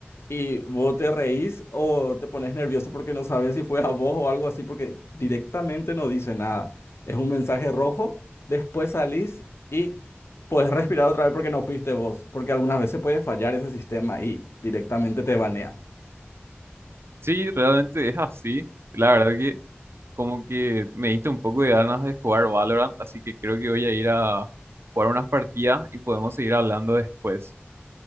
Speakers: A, on the left (about 80°); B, on the right (about 75°).
A: Y vos te reís o te pones nervioso porque no sabes si fue a vos o algo así, porque directamente no dice nada. Es un mensaje rojo, después salís y puedes respirar otra vez porque no fuiste vos, porque algunas veces puede fallar ese sistema y directamente te banea.
B: Sí, realmente es así. La verdad que como que me diste un poco de ganas de jugar Valorant, así que creo que voy a ir a jugar unas partidas y podemos seguir hablando después.